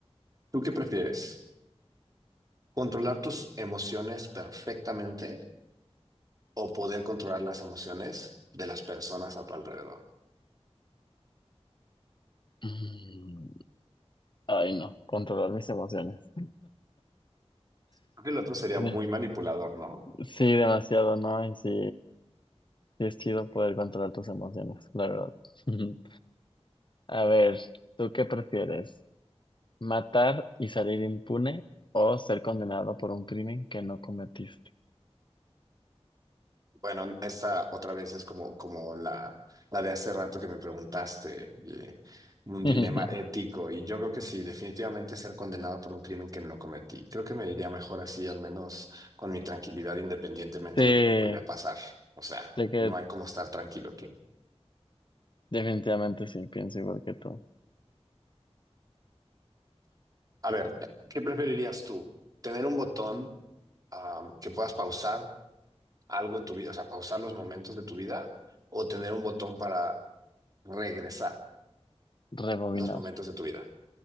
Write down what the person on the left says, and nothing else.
Mm. Ay, no, controlar mis emociones.
De-
Sí, demasiado, ¿no? Y sí, sí es chido poder controlar tus emociones, la verdad. <laughs> A ver, ¿tú qué prefieres? ¿Matar y salir impune o ser condenado por un crimen que no cometiste?
<laughs>
Sí, de
que
definitivamente sí, pienso igual que tú.
Rebobinar,